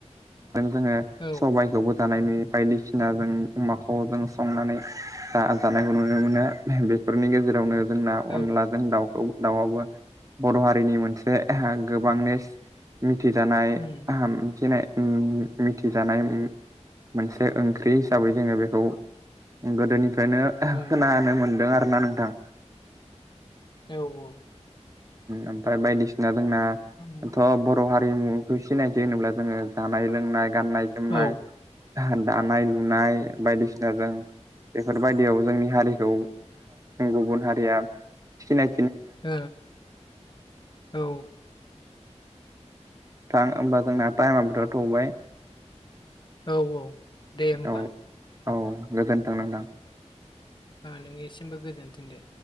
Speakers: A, on the right (about 30°); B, on the left (about 40°).
A: जोङो
B: औ
A: सबायखौबो जानाय नुयो बायदिसिना जों अमाखौ जों संनानै जानाय नुनो मोनो बेफोरनि गेजेरावनो जोंना
B: औ
A: अनलाजों दाउखौ दाउबो बर' हारिनि मोनसे गोबांनो फुरथि दानाय
B: उम
A: आम बिथिनाय मिथिजानाय मोनसे ओंख्रि हिसाबै जोङो बेखौ गोदोनिफ्रायनो
B: उम
A: खोनानो मोनदों आरोना नोंथां
B: औ औ
A: ओमफ्राय बायदिसिना जोंनाथ'
B: उम
A: बर' हारि हारिमुखौ सिनायथि होनोब्ला जोङो जानाय लोंनाय गाननाय जोमनाय
B: ओ
A: दानाय लुनाय बायदिसिना जों बेफोरबायदियाव जोंनि हारिखौ गुबुन हारिया सिनाय
B: ओ औ औ
A: थां होमबा जोंना टाइमबोथ' थौबाय
B: औ औ दे होमबा
A: औ औ गोजोन थों नोंथां
B: नोंनिसिमबो गोजोनथों दे